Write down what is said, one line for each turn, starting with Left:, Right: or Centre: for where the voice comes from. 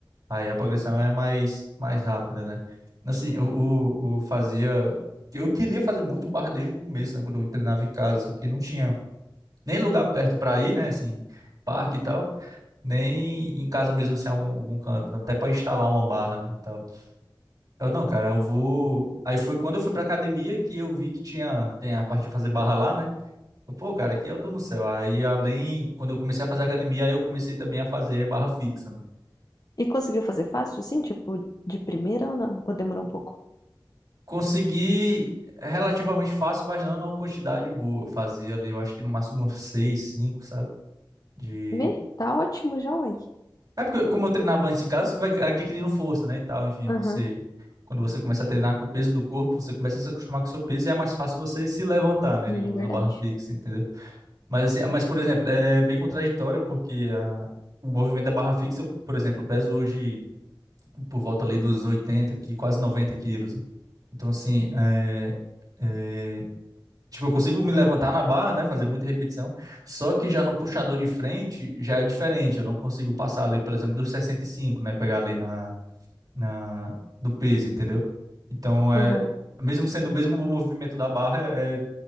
Right: Aí a progressão é mais, mais rápida, né? Assim, eu, eu, eu fazia. Eu queria fazer muito barra desde o começo, né? Quando eu treinava em casa, só que não tinha nem lugar perto para ir, né? Assim, parque e tal, nem em casa mesmo, assim, algum, algum canto, até para instalar uma barra, né, e tal. Eu, não, cara, eu vou. Aí foi quando eu fui pra academia que eu vi que tinha, tem a parte de fazer barra lá, né? Eu, Pô, cara, aqui eu tô no céu. Aí, além, quando eu comecei a fazer academia, aí eu comecei também a fazer barra fixa, né?
Left: E conseguiu fazer fácil, assim, tipo, de primeira ou não? Ou demorou um pouco?
Right: Consegui relativamente fácil, mas não numa quantidade boa. Eu fazia ali, eu acho que no máximo uns seis, cinco, sabe? De...
Left: Me? Tá ótimo já, uai.
Right: É porque como eu treinava antes em casa, você vai adquirindo força, né, e tal. Enfim, você...
Left: Aham,
Right: Quando você começa a treinar com o peso do corpo, você começa a se acostumar com o seu peso e é mais fácil você se levantar, né,
Left: sim,
Right: digamos,
Left: verdade.
Right: na barra fixa, entendeu? Mas, assim, mas por exemplo, é, é bem contraditório porque a- o movimento da barra fixa, eu, por exemplo, eu peso hoje por volta ali dos 80 aqui, quase 90 quilos. Então, assim, é, é, Tipo, eu consigo me levantar na barra, né? Fazer muita repetição. Só que já no puxador de frente já é diferente. Eu não consigo passar ali, por exemplo, dos sessenta e cinco né? Pegar ali na, na do peso, entendeu? Então é.
Left: Aham,
Right: Mesmo sendo o mesmo movimento da barra, é,